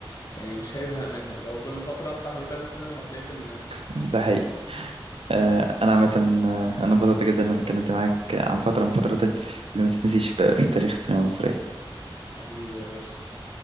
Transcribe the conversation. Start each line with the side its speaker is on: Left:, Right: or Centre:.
Left: يعني مش هيزهق منها اللي هو كل فترة افتح روتانا سينما هتلاقي فيلم منها
Right: ده حقيقي آه، أنا عامة آه، أنا انبسطت جدا إن أنا اتكلمت معاك عن فترة من فترات اللي ما تتنسيش في في تاريخ السينما المصرية
Left: حبيبي يا باشا